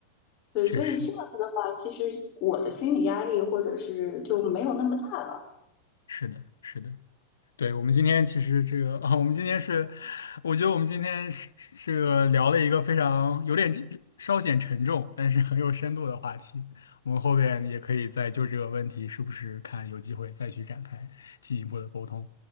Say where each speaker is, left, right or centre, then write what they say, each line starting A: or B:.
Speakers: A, on the left; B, on the left.
A: 对，
B: 确实
A: 所以这样子的话，其实我的心理压力或者是就没有那么大了。
B: 是的，是的。对，我们今天其实这个啊，<laughs> 我们今天是，我觉得我们今天是是这个聊了一个非常有点稍显沉重，但是很有深度的话题。我们后边也可以再就这个问题，是不是看有机会再去展开进一步的沟通。